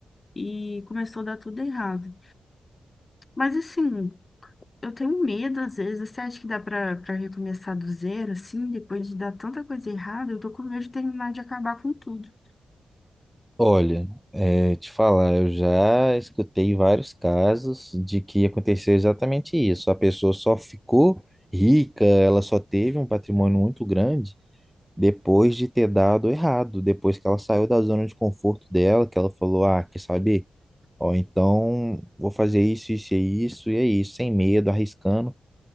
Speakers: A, on the left (about 25°); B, in the centre.
A: e começou a dar tudo errado. Mas assim. Eu tenho medo, às vezes. Você acha que dá pra pra recomeçar do zero, assim, depois de dar tanta coisa errada? Eu tô com medo de terminar de acabar com tudo.
B: Olha, é, te falar, eu já escutei vários casos de que aconteceu exatamente isso. A pessoa só ficou rica, ela só teve um patrimônio muito grande depois de ter dado errado, depois que ela saiu da zona de conforto dela, que ela falou, ah, quer saber? Ó, então vou fazer isso, isso e isso, e é isso, sem medo, arriscando.